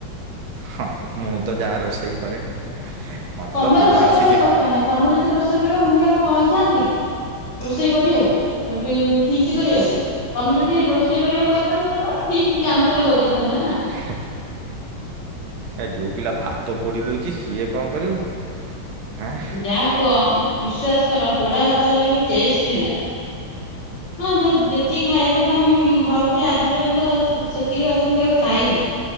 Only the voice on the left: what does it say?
ତମେ
ରୋଷେଇ
କରିବା ଦରକାର ନାହିଁ ତମେ ଯଦି ରୋଷେଇ କରିବ ମୁଁ କହିଥାନ୍ତି କି। ରୋଷେଇ କରିବାକୁ ଏ ପି ର ନ ଫି। ଚି କରିବାକୁ ତମେ ଯଦି ରୋଷେଇ କରିବାକୁ କହିଥାନ୍ତ ତ ତମେ ଫିଷ୍ଟି କ୍ୟାନସଲ କରି ଦେଇଥାନ୍ତ ନା।
ଯାହା କୁହ ବିଶ୍ଵାସ କର ପୋଡା ଭାତ ହେଲେ ବି ଟେଷ୍ଟ ଥିଲା। ହଁ ଯ-ଯେତିକି ଖାଇବା କଥା ମୁଁ ଭାବୁଛି ଆଜି ପର୍ଯ୍ୟନ୍ତ ସ ସେତିକି ତ ମୁଁ କେବେ ଖାଇନି।